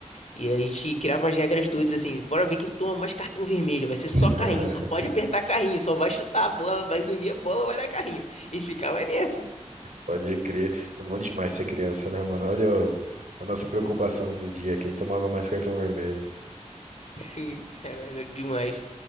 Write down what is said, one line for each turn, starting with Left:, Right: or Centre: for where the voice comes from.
Left: E a gente criava umas regras doidas assim, bora ver quem toma mais cartão vermelho, vai ser só
Right: <laughs>
Left: carrinho, só pode apertar carrinho, só vai chutar a bola, vai unir a bola, vai dar carrinho. E ficava nessa.
Right: Pode crer. É bom demais ser criança, né, mano? Olha o- a nossa preocupação do dia. Quem tomava mais cartão vermelho?
Left: Sim, cara, era demais.